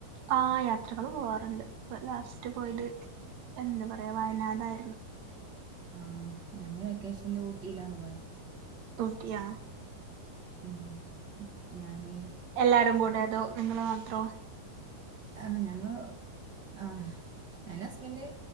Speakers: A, on the right (about 65°); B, on the right (about 40°).
A: ആ യാത്രകള് പോവാറുണ്ട് ഇപ്പ ലാസ്റ്റ് പോയത് എന്താ പറയാ വയനാട്ായിരുന്നു
B: ആഹ ഞാന് വെക്കേഷനിൽ ഊട്ടിയിലാണ് പോയത്
A: ട്ടിയ
B: ഉ ഞാന്
A: എല്ലാരും കൂടെ അതോ നിങ്ങള് മാത്രോ
B: ആ ഞങ്ങള് ആ ഞാന് ഹസ്ബൻഡ്